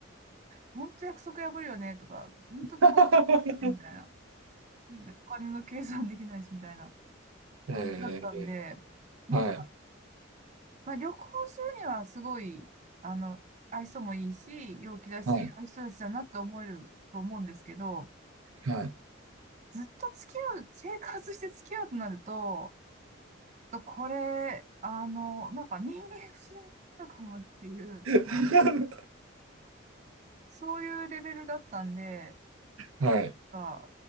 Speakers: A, on the right (about 35°); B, on the right (about 85°).
A: 本当約束破るよね、とか、本当遅刻すてみたいな。
B: <laughs>
A: でお金の計算できないし、みたいな
B: え
A: 感じだったんで、なん
B: ー、はい、
A: まあ、旅行するにはすごい、あの、愛想もいいし、陽気だし、
B: はい、
A: ああいう人たちだなって思えると思うんですけど、
B: はい。
A: ずっと付き合う、生活して付き合うとなると、ちょっとこれ、あの、なんか人間不信になるかもっていう、
B: <laughs>
A: そういうレベルだったんで、や
B: はい。
A: っぱ